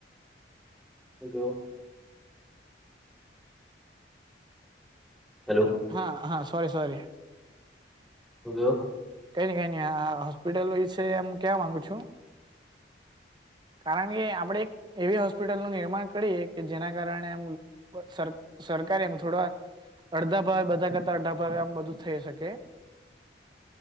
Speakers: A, in the centre; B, on the right.
A: હું કેવું. હેલો.
B: હા હા સોરી સોરી.
A: હું કેવું.
B: કઈ નઇ કઈ નઇ હોસ્પિટલ વિશે એમ કેવા માંગુ છુ. કારણ કે આપણેે એક એવી હોસ્પિટલનું નિર્માણ કરીએ કે જેના કારણે આમ. સર સરકાર એમ થોડા અડધા ભાવે બધા કરતા અડધા ભાવે આમ બધું થઈ શકે.